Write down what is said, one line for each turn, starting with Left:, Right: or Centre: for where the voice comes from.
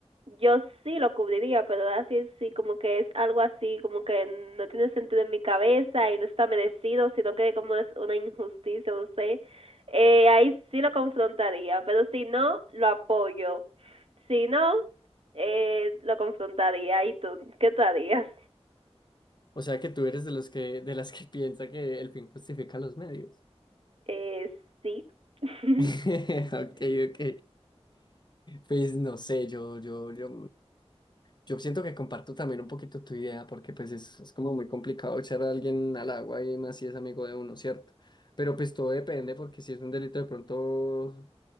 Right: yo sí lo cubriría, pero así sí sí, como que es algo así, como que no tiene sentido en mi cabeza y no está merecido, sino que como es una injusticia, no sé. Eh, ahí sí lo confrontaría, pero si no, lo apoyo. Si no, eh, lo confrontaría. ¿Y tú? ¿Qué tú harías?
Left: O sea que tú eres de los que, de las que <laughs> piensa que el fin justifica los medios.
Right: Eh, sí. <laughs>
Left: <laughs> Ok, ok. Pues no sé, yo, yo, yo. Yo siento que comparto también un poquito tu idea, porque pues es, es como muy complicado echar a alguien al agua y más si es amigo de uno, ¿cierto? Pero pues todo depende, porque si es un delito de pronto,